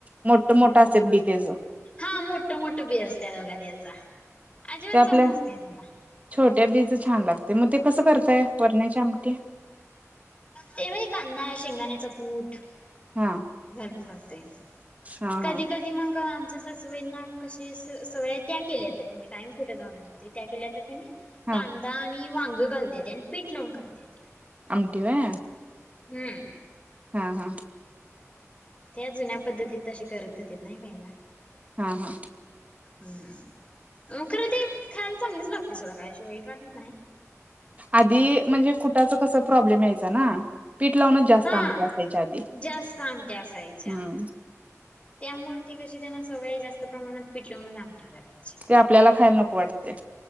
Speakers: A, on the right; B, on the left.
A: मोठ मोठं
B: हम्म
A: असत बी तेज
B: हा मोठ मोठं बी असते त्याचा अजीबात
A: ते आपल्या
B: चव नसते त्याला.
A: छोट्या बीचं छान लागते मग ते कसं करताय वरण्याच्या आमटी?
B: तेव व्हय कांदा हा शेंगदाण्याचा कूट
A: हा
B: घालून करते
A: हा
B: कधी
A: हा
B: कधी मग आमच्या सासु बाईंना कशी सवय ना त्या केल्या तर मी कायम कुठं जाऊनते त्या केल्या तर प
A: हा
B: कांदा आणि वांग घालतेेत आणि पीठ लावून करता येतायत
A: आमटी होय
B: हम्म
A: हा हा
B: त्या जुन्या पद्धतीत तसे करत होेत नाही पहिला.
A: हा हा
B: हम्म मग खरं ते खायला चांगलीच लागते सोडा काय अशी वाईट वाटत नाही
A: आध म्हणजे कुटाच कस प् प्रॉब्लेम यायचा जास्त
B: हा
A: आमटी असायचीआधी
B: जास्त आमट्या असायच्या
A: हम्म
B: त्यामुळे ती कशी त्यांना सवय जास्त प्रमाणात पिठ लावून आमटी करायची
A: ते आपल्याला खायला नको वाटते